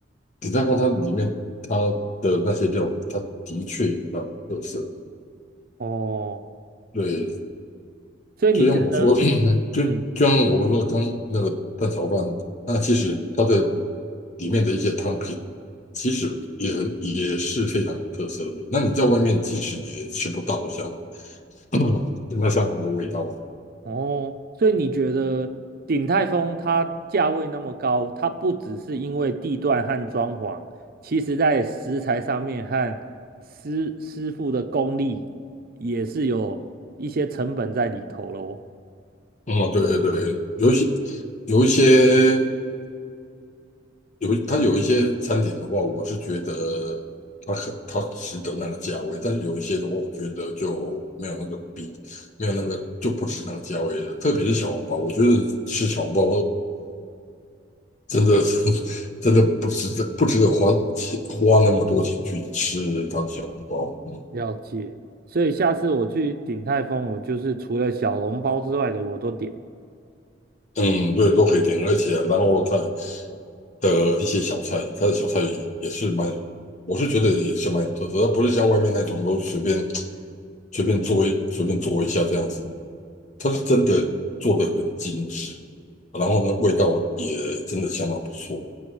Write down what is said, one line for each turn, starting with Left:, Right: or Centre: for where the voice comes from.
Left: 鼎泰丰它里面它的那些料理，它的确有那特色，
Right: 哦，
Left: 对，
Right: 所以你觉得，
Left: 就像我说，<coughs> <clears throat> 就就像我说刚那个蛋炒饭，
Right: 嗯，
Left: 那其实它的里面的一些汤品，其实也很也是非常有特色的。那你在外面其实也吃不到像 <coughs> <clears throat> 那相同的味道。
Right: 哦，所以你觉得鼎泰丰它价位那么高，它不只是因为地段和装潢，其实在食材上面和师师傅的功力也是有一些成本在里头喽。
Left: 嗯，对对对，有一些有一些。有它有一些餐点的话，我是觉得它很它值得那个价位，但是有一些的话，我觉得就没有那个比没有那个就不值那个价位了。特别是小笼包，我觉得吃小笼包真的 <laughs> 真的不值得不值得花钱花那么多钱去吃它的小笼包。嗯
Right: 了解，所以下次我去鼎泰丰，我就是除了小笼包之外的我都点。
Left: 嗯，对，都可以点，而且然后它的一些小菜，它的小菜也是蛮有，我是觉得也是蛮有特色，它不是像外面那种都随便。随便做一随便做一下这样子，它是真的做的很精致，然后呢，味道也真的相当不错。